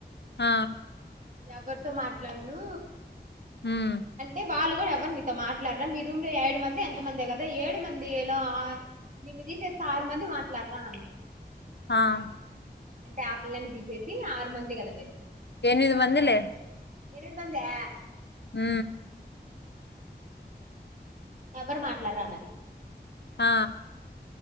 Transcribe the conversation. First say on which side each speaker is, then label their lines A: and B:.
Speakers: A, on the left; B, on the right.
A: ఆ
B: ఎవ్వరితో మాట్లాడ్నూ
A: మ్మ్
B: అంటే వాళ్ళు ఎవ్వర్ నితో మాట్లాడ్రా మీ రూమ్ లో ఏడు మంది ఎంత మందొ కదా ఏడు మంది ఏలా నిన్ను తీసేస్తారు మంది మాట్లాడ్రా అన్న
A: ఆహ్
B: అంటే ఆపిల్లని దీసేసి ఆరు మందే కదా మీరు
A: ఎనిమిది
B: మాట్లాడండి
A: మందిలే
B: ఎనిమిది మందా
A: ఆ...
B: ఎవ్వరు మాట్లాడరా అన్నది
A: ఆ